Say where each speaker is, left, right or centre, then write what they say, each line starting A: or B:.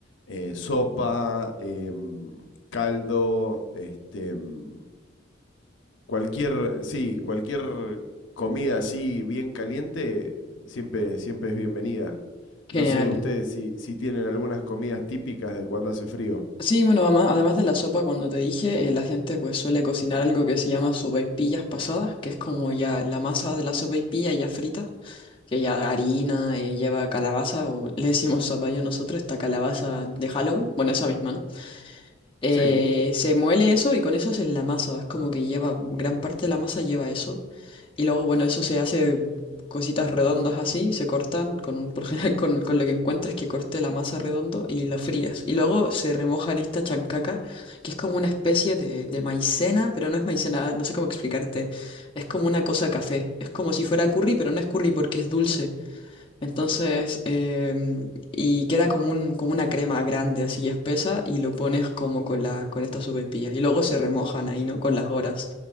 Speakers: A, on the left; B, on the left.
A: eh, sopa, em, caldo, este, mm, Cualquier, sí, cualquier comida así bien caliente siempre, siempre es bienvenida.
B: Genial.
A: No sé ustedes si, si tienen algunas comidas típicas de cuando hace frío.
B: Sí, bueno, ama- además de la sopa, cuando te dije, eh, la gente pues suele cocinar algo que se llama sopaipillas pasadas, que es como ya la masa de la sopaipilla ya frita, que ya harina, eh, lleva calabaza, o le decimos zapallo nosotros, esta calabaza de Halloween, bueno, esa misma, ¿no? Eh,
A: Sí,
B: se muele eso y con eso es la masa. Es como que lleva, gran parte de la masa lleva eso. Y luego, bueno, eso se hace cositas redondas así, se cortan con un, por lo general con, con lo que encuentras que corte la masa redondo y lo frías. Y luego se remoja en esta chancaca, que es como una especie de, de maicena, pero no es maicena, no sé cómo explicarte. Es como una cosa café. Es como si fuera curry, pero no es curry porque es dulce. Entonces, em, y queda como un, como una crema grande, así espesa, y lo pones como con la, con estas sopaipillas. Y luego se remojan ahí, ¿no? Con las horas.